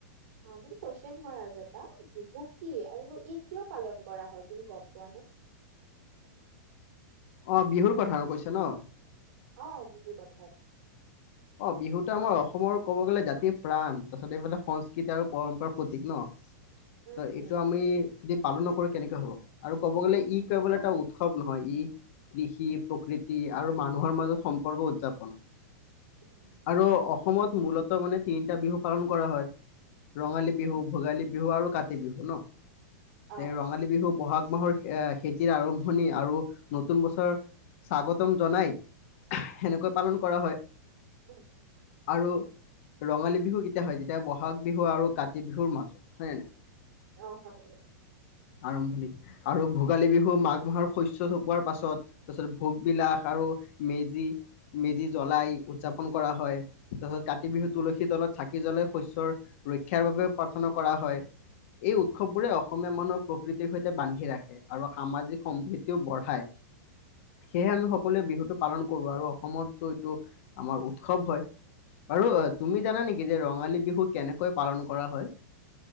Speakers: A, on the right; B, on the left.
A: অহ ' মানে কোৱেষ্টন হয় আৰু এটা। বুক কি আৰু ই কিয় পালন কৰা হয় তুমি গম পোৱা নে?
B: অহ ' বিহুৰ কথা কৈছো ন।
A: অহ ' বিহু কথায়।
B: অহ ' বিহুতো আমাৰ অসমৰ কব গ'লে জাতিৰ প্ৰাণ তাৰ পিছত এইফালে সংস্কৃতি আৰু পৰম্পৰাৰ প্ৰতীক ন।
A: উম
B: ত'
A: উম
B: এইটো আমি যদি পালন নকৰে কেনেকে হ'ব। আৰু ক'ব গ'লে ই
A: সেইটো
B: কেৱল এটা উৎসৱ নহয় ই কৃষি প্ৰকৃতি আৰু মানুহৰ মাজত সম্পৰ্ক উদযাপন।
A: উম
B: আৰু অসমত মূলত মানে তিনিটা বিহু পালন কৰা হয়। ৰঙালী বিহু,
A: উম
B: ভোগালী বিহু আৰু কাতি বিহু ন। তে
A: অ
B: ৰঙালী বিহু বহাগ মাহৰ এ খেতিৰ আৰম্ভণি আৰু নতুন বছৰ স্বাগতম জনাই সেনেকৈ পালন কৰা হয়।
A: উম।
B: আৰু ৰঙালী বিহু কেতিয়া হয় যেতিয়া বহাগ বিহু আৰু কাতি বিহুৰ মাজত হয়ে ন নাই।
A: অহ ' হয়।
B: আৰম্ভণিত আৰু ভোগালী বিহু মাঘ মাহৰ শস্য চপোৱাৰ পাছত তাৰছত ভোগবলাস আৰু মেজি - মেজি জ্বলাই। উদযাপন কৰা হয় তাৰপাছত কাতি বিহু তুলসীৰ তলত চাক ি জলে শস্্যৰ ৰক্ষাৰ বাবে কৰা হয় এই উৎসৱবোৰে অসমীয়া মানুহক প্ৰকৃতিৰ সৈতে বান্ধি ৰাখে আৰু সামাজিক সম্প্ৰীতিও বঢ়ায় সেয়েহে আমি
A: উম
B: সকলোৱে বিহুত পালন কৰো আৰু অসমতো এইটো আমাৰ উৎসৱ হয় আৰু অ
A: উম
B: তুমি জানা নেকি যে ৰঙালী বিহু কেনেকৈ পালন কৰা হয়